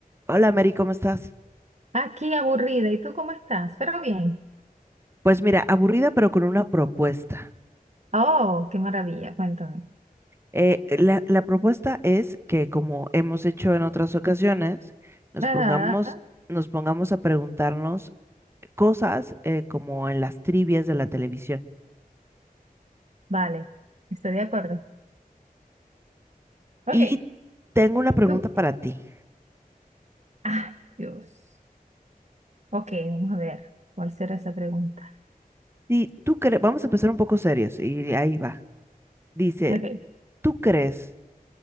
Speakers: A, on the right; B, on the right.
A: Hola Mary, ¿cómo estás?
B: Aquí aburrida. ¿Y tú cómo estás? Pero bien.
A: Pues mira, aburrida pero con una propuesta.
B: Oh, qué maravilla. Cuéntame.
A: Eh, la, la propuesta es que como hemos hecho en otras ocasiones, nos
B: Ajá.
A: pongamos, nos pongamos a preguntarnos cosas eh, como en las trivias de la televisión.
B: Vale. Estoy de acuerdo. Ok.
A: Y tengo una pregunta
B: Tú.
A: para ti.
B: Ay, Dios. Ok, vamos a ver. ¿Cuál será esa pregunta?
A: Si tú crees, vamos a empezar un poco serios y ahí va. Dice,
B: Ok.
A: ¿tú crees